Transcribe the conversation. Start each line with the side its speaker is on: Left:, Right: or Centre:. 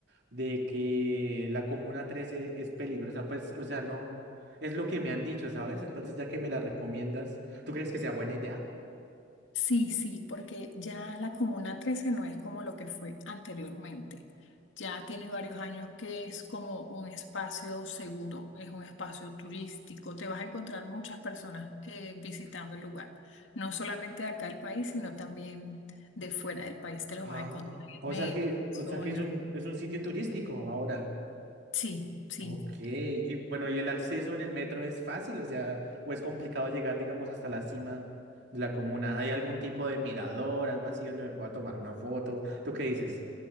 Right: De que la Comuna trece es peligrosa. Pues, o sea, no, es lo que me han dicho, ¿sabes? Entonces, ya que me la recomiendas, ¿tú crees que sea buena idea?
Left: Sí, sí, porque ya la Comuna 13 no es como lo que fue anteriormente. Ya tiene varios años que es como un espacio seguro, es un espacio turístico. Te vas a encontrar muchas personas eh, visitando el lugar, no solamente de acá del país, sino también de fuera del país. Te los
Right: Ah,
Left: vas a encontrar en
Right: o
Left: el metro,
Right: sea que,
Left: en la zona.
Right: o sea que es un, es un sitio turístico ahora.
Left: Sí, sí,
Right: Ok, y bueno, ¿y el acceso en el metro es fácil? O sea, ¿o es complicado llegar, digamos, hasta la cima de la comuna? ¿Hay algún tipo de mirador, algo así donde me pueda tomar una foto? ¿Tú qué dices?